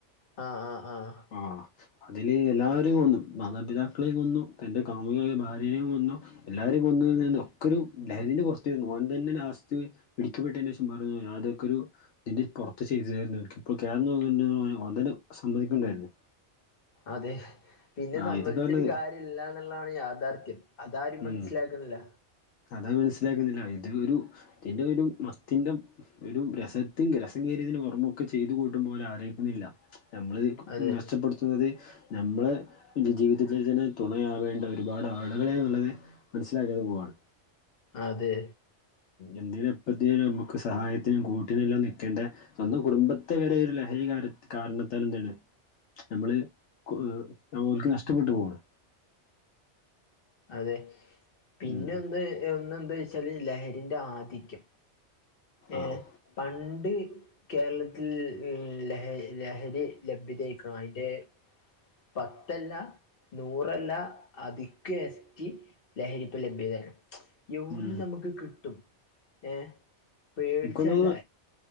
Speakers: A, on the left; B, on the left.
A: ആഹ് ആഹ് ആഹ്
B: ആ ആ അതില് എല്ലാവരെയും കൊന്നു മാതാപിതാക്കളെയും കൊന്നു തന്റെ കാമുകിയായ ഭാര്യയെയും കൊന്നു. എല്ലാവരെയും കൊന്ന് ഒക്കെ ഒരു ലഹരിന്റെ പൊർത്തെര്ന്നു. ഓൻ തന്നെ ലാസ്റ്റ് പിടിക്കപ്പെട്ടതിനു ശേഷം പറഞ്ഞു ഞാൻ അതൊക്കൊരു ഇതിന്റെ പുറത്ത് ചെയ്തരായിരുന്നു എനിക്കിപ്പോ <unintelligible> സമ്മതിക്കുന്നുണ്ടായിരുന്നു
A: അതെ പിന്നെ
B: ആഹ്
A: സമ്മതിച്ചിട്ട്
B: ഇതൊക്കെ പറഞ്ഞത്
A: കാര്യല്ല ന്ന്ള്ളതാണ് യാഥാർഥ്യം അതാരും
B: ഉം
A: മനസ്സിലാക്കുന്നില്ല
B: അതാ മനസ്സിലാക്കുന്നില്ല അയിന്റെ ഒരു ഇതിന്റെ ഒരു മത്തിന്റെ ഒരു രസത്തിന്റെ രസം കേറിയതിന്റെ പൊറമ്മൊക്കെ ചെയ്ത് കൂട്ടും പോലെ ആലോയ്ക്കുന്നില്ല നമ്മള്
A: അതെ
B: നഷ്ടപ്പെടുത്തുന്നതി നമ്മള ജീ ജീവിതത്തിൽ തന്നേ തുണയാവേണ്ട ഒരുപാട് ആളുകളെന്നുള്ളത് മനസ്സിലാക്കിയത് പോവാണ്
A: അതെ
B: എന്തിനും എപ്പത്തിനും നമ്മക്ക് സഹായത്തിനും കൂട്ടിനെല്ലാം നിക്കേണ്ടേ സ്വന്തം കുടുംബത്തെ വരെ ഒരു ലഹരി കാര കാരണത്താല് എന്തേനെ നമ്മള് കൊ ഓൽക്ക് നഷ്ടപ്പെട്ടു പോണ്‌
A: അതെ പിന്നെ
B: ഉം
A: ഒന്ന് ഒന്ന് എന്താ വച്ചാല് ലഹരിന്റെ ആധിക്യം ഏഹ്
B: ആഹ്
A: പണ്ട് കേരള ൽ ലഹ ലഹരി ലഭ്യതയ്ക്കണ്‌ അയിൻ്റെ പത്തല്ല നൂറല്ല അധിക് എസ്റ്റി ലഹരിപ്പം ലഭ്യതയാണ് യൊവിടുന്ന്
B: ഉം
A: നമ്മക്ക് കിട്ടും ഏ പേടിച്ചല്ല
B: ഇൻകൊന്നു